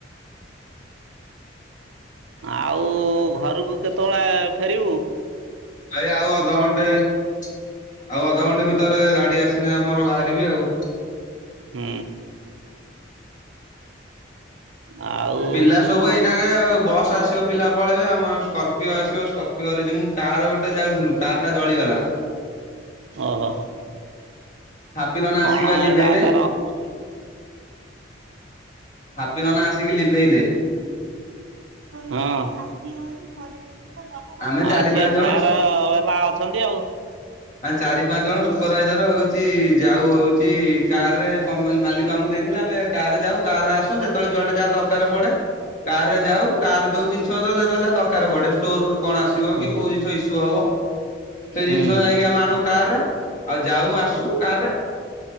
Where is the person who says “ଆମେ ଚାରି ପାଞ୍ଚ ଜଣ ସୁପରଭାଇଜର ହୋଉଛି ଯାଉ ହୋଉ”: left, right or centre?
Left